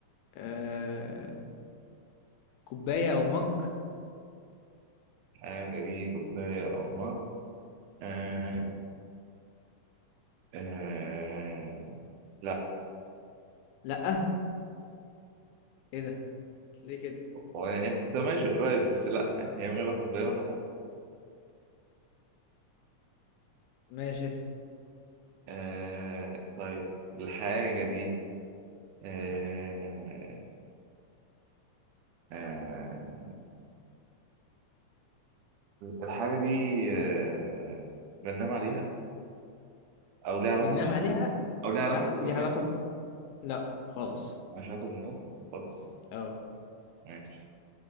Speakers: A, on the left; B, on the right.
A: آه... كوباية او مج
B: الحاجه دي كوبايه او مج آه. آه. لا
A: لا ايه ده ليه كده
B: هو يعني انت ماشي قريب بس لا يعني هي ميلا كوباية ولا غلط
A: ماشي اسأل
B: آه طيب الحاجة دي آه آه الحاجة دي آه بننام عليها أو ليها علاقة
A: بننام
B: ب-
A: عليها
B: أو ليها علاقة
A: أه.
B: بالنوم
A: ليها علاقة
B: يعني
A: ب... لا خالص
B: مالهاش علاقة بالنوم خالص
A: اه
B: ماشي